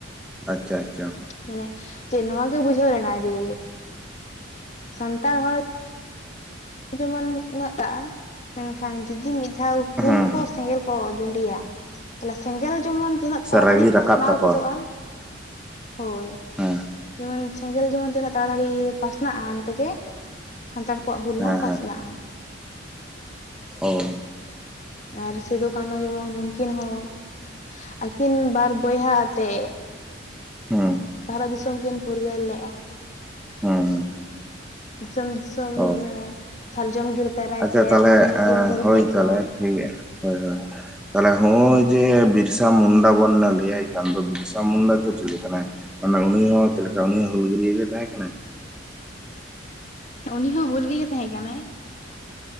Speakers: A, in the centre; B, on the left.
A: ᱟᱪᱪᱷᱟ ᱟᱪᱪᱷᱟ᱾
B: ᱢᱟᱱᱮ ᱡᱮ ᱱᱚᱣᱟ ᱜᱮ ᱵᱩᱡᱷᱟᱹᱣ ᱞᱮᱱᱟ ᱡᱮ ᱥᱟᱱᱛᱟᱲ ᱦᱚᱲ ᱡᱮᱢᱚᱱ <unintelligible> ᱢᱮᱱᱠᱷᱟᱱ ᱡᱩᱫᱤ ᱢᱤᱫ ᱫᱷᱟᱣ ᱦᱩᱞ
A: ᱦᱩᱸ
B: ᱠᱚ
A: ᱦᱩᱸ
B: ᱥᱮᱸᱜᱮᱞ ᱠᱚ ᱡᱩᱸᱰᱤᱭᱟ ᱛᱟᱦᱚᱞᱮ ᱥᱮᱸᱜᱮᱞ ᱡᱮᱢᱚᱱ ᱛᱤᱱᱟᱹᱜ ᱛᱟᱲᱟᱛᱟᱲᱤ
A: ᱥᱟᱨᱟᱜᱤ
B: ᱯᱟᱥᱱᱟᱣ
A: ᱨᱟᱠᱟᱵ ᱛᱟᱠᱚᱣᱟ
B: ᱜᱚᱫᱚᱜᱼᱟ᱾ ᱦᱳᱭ,
A: ᱦᱮᱸ
B: ᱡᱮᱢᱚᱱ ᱥᱮᱸᱜᱮᱞ ᱡᱮᱢᱚᱱ ᱛᱤᱱᱟᱹᱜ ᱛᱟᱲᱟᱛᱟᱲᱤ ᱯᱟᱥᱱᱟᱜ-ᱟ ᱤᱱᱠᱟᱹᱜᱮ ᱥᱟᱱᱛᱟᱲ ᱠᱚᱣᱟᱜ ᱦᱩᱞ
A: ᱦᱮᱸ
B: ᱦᱚᱸ ᱯᱟᱥᱱᱟᱜ-ᱟ᱾
A: ᱚᱻ
B: ᱟᱨ ᱥᱤᱫᱩ ᱠᱟᱱᱩ ᱡᱮᱢᱚᱱ ᱩᱱᱩᱠᱤᱱ ᱦᱚᱸ ᱟᱹᱠᱤᱱ ᱵᱟᱨ ᱵᱚᱭᱦᱟ ᱟᱛᱮ
A: ᱦᱩᱸ᱾
B: ᱵᱷᱟᱨᱚᱛ ᱫᱤᱥᱚᱢ ᱠᱤᱱ ᱯᱷᱩᱨᱜᱟᱹᱞ ᱞᱮᱜ-ᱟ᱾
A: ᱦᱩᱸ ᱦᱩᱸ᱾
B: ᱫᱤᱥᱚᱢ ᱫᱤᱥᱚᱢ
A: ᱚ
B: ᱢᱟᱱᱮ ᱥᱟᱨᱡᱚᱢ ᱜᱤᱨᱟᱹ ᱫᱟᱨᱟᱭ
A: ᱟᱪᱪᱷᱟ
B: ᱛᱮ
A: ᱛᱟᱦᱚᱞᱮ
B: ᱢᱟᱱᱢᱤ ᱠᱤᱱ ᱡᱩᱫᱤᱫ
A: ᱦᱳᱭ
B: ᱞᱮᱫ ᱠᱚᱣᱟ᱾
A: ᱛᱟᱦᱚᱞᱮ ᱴᱷᱤᱠ ᱜᱮᱭᱟ ᱦᱳᱭ ᱦᱳᱭ᱾ ᱛᱟᱦᱚᱞᱮ ᱦᱚᱜᱼᱭ ᱡᱮ ᱵᱤᱨᱥᱟ ᱢᱩᱱᱰᱟ ᱵᱚᱱ ᱞᱟᱹᱭᱟᱭ ᱠᱟᱱ ᱫᱚ ᱵᱤᱨᱥᱟ ᱢᱩᱱᱰᱟ ᱫᱚ ᱪᱮᱞᱮ ᱠᱟᱱᱟᱭ? ᱢᱟᱱᱮ ᱩᱱᱤ ᱦᱚᱸ ᱪᱮᱫ ᱞᱮᱠᱟ ᱩᱱᱤ ᱦᱚᱸ ᱦᱩᱞᱜᱟᱹᱨᱭᱟᱹ ᱜᱮ ᱛᱟᱦᱮᱸ ᱠᱟᱱᱟᱭ?
B: ᱩᱱᱤ ᱦᱚᱸ ᱦᱩᱞ ᱜᱮ ᱛᱟᱦᱮᱸ ᱠᱟᱱᱟᱭ।